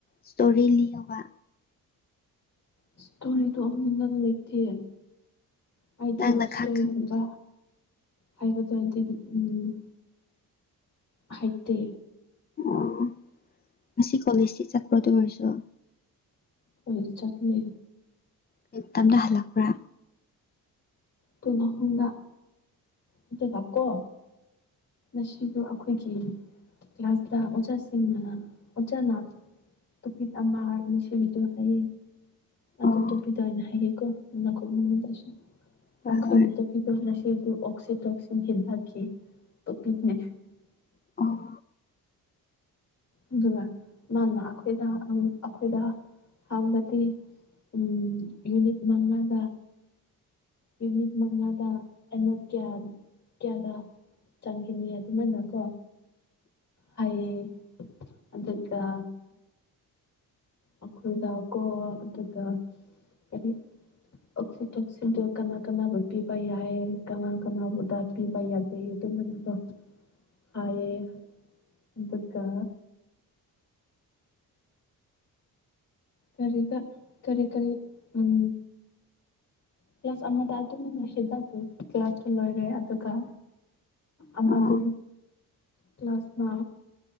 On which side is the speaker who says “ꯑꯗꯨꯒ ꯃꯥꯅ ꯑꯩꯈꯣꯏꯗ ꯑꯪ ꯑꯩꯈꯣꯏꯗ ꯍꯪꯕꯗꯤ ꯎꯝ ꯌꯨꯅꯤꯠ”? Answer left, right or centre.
Left